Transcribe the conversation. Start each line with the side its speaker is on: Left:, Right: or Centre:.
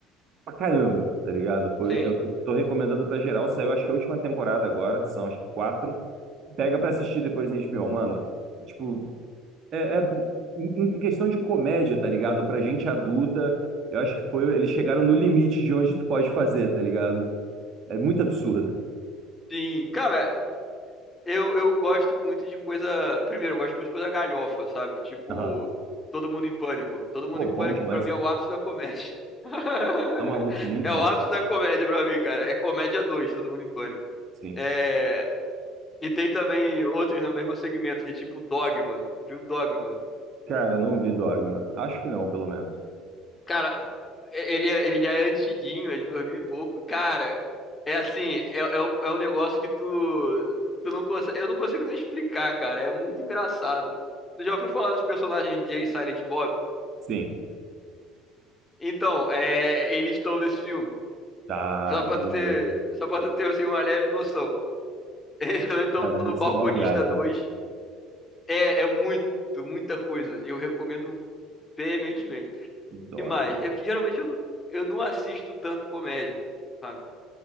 Right: Pra caramba, tá ligado? Foi,
Left: sim,
Right: eu tô, tô recomendando pra geral. Saiu, acho que a última temporada agora, são acho que quatro. Pega pra assistir depois na HBO, mano. Tipo, é, é- em em questão de comédia, tá ligado? Pra gente adulta, eu acho que foi. Eles chegaram no limite de onde tu pode fazer, tá ligado? É muito absurda.
Left: sim. Cara, Eu, eu gosto muito de coisa. Primeiro, eu gosto muito de coisa galhofa, sabe? Tipo,
Right: Aham.
Left: Todo Mundo em Pânico. Todo Mundo
Right: Pô,
Left: em
Right: bom
Left: Pânico,
Right: demais.
Left: pra mim, é o ápice da comédia. <laughs>
Right: Tá maluco, muito
Left: É
Right: bom.
Left: o ápice da comédia pra mim, cara. É comédia 2 Todo Mundo em Pânico.
Right: Sim.
Left: É... E tem também outros no mesmo segmento, que é tipo Dogma. Viu Dogma?
Right: Cara, não vi Dogma. Acho que não, pelo menos.
Left: Cara, ele, é- ele já é antiguinho, é de 2000 e pouco. Cara, é assim, é, é um, é um negócio que tu, tu não consegue, eu não consigo nem explicar, cara. É muito engraçado. Tu já ouviu falar dos personagens Jay e Silent Bob?
Right: Sim.
Left: Então, é, eles estão nesse filme.
Right: Tá,
Left: Só pra
Right: beleza.
Left: tu ter, só pra tu ter assim, uma leve noção. <laughs> Então, então
Right: Cara, deve
Left: no Balconista
Right: ser uma viagem.
Left: dois É, é muito, muita coisa. Eu recomendo veementemente.
Right: Dogma.
Left: E mais, é que geralmente eu não, eu não assisto tanto comédia. sabe?